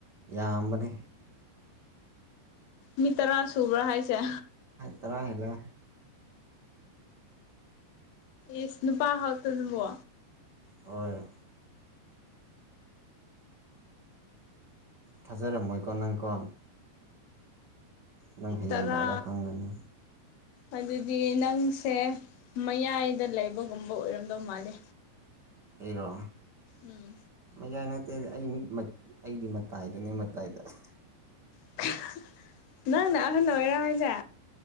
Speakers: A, on the right; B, on the left.
A: ꯌꯥꯝꯕꯅꯦ꯫
B: ꯃꯤ ꯇꯔꯥ ꯁꯨꯕ꯭ꯔꯥ ꯍꯥꯏꯁꯦ꯫
A: ꯇꯔꯥ ꯍꯦꯜꯂꯦ꯫
B: ꯏꯁ ꯅꯨꯨꯄꯥ ꯈꯛꯇꯗꯨꯕꯣ꯫
A: ꯍꯣꯏ꯫ ꯊꯥꯖꯔꯝꯃꯣꯏꯀꯣ ꯅꯪꯀꯣ꯫ ꯅꯪ ꯍꯌꯦꯡ
B: ꯇꯔꯥ
A: ꯂꯥꯛꯑꯒ ꯈꯪꯒꯅꯤ
B: ꯑꯗꯨꯗꯤ ꯅꯪꯁꯦ ꯃꯌꯥꯏꯗ ꯂꯩꯕꯒꯨꯝꯕ ꯑꯣꯏꯔꯝꯗꯧ ꯃꯥꯜꯂꯦ꯫
A: ꯑꯩꯔꯣ꯫
B: ꯎꯝ
A: ꯃꯌꯥꯏ ꯅꯛꯇꯦ ꯑꯩ ꯃꯤ ꯃ ꯑꯩꯗꯤ ꯃꯇꯥꯏꯗꯅꯦ ꯃꯇꯥꯏꯗ꯫ <unintelligible>
B: <unintelligible> ꯅꯪꯅ ꯑꯍꯟ ꯑꯣꯏꯔ ꯍꯥꯏꯁꯦ꯫